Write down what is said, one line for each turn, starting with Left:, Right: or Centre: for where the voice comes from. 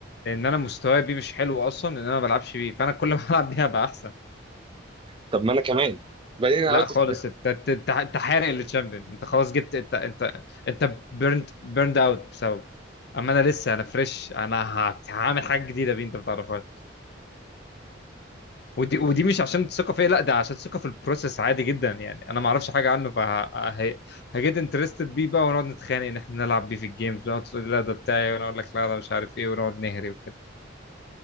Left: لان انا مستواي بيه مش حلو اصلا لان انا ما بلعبش بيه فانا كل ما العب بيها بقى احسن
Right: طب ما انا كمان بعدين اوت
Left: لا خالص
Right: اوف
Left: انت انت انت أنت حارق للتشامبيون انت خلاص جبت انت انت انت بيرند بيرند اوت بسبب اما انا لسه انا فريش انا ه- هعمل حاجه جديده بيه انت ما تعرفهاش ودي ودي مش عشان الثقه فيا لا ده عشان الثقه في البروسيس عادي جدا يعني انا ما اعرفش حاجه عنه فهجيت انترستد بيه بقى ونقعد نتخانق ان احنا نلعب بيه في الجيمز ونقعد تقول لي لا ده بتاعي وانا اقول لك لا ده مش عارف ايه ونقعد نهري وكده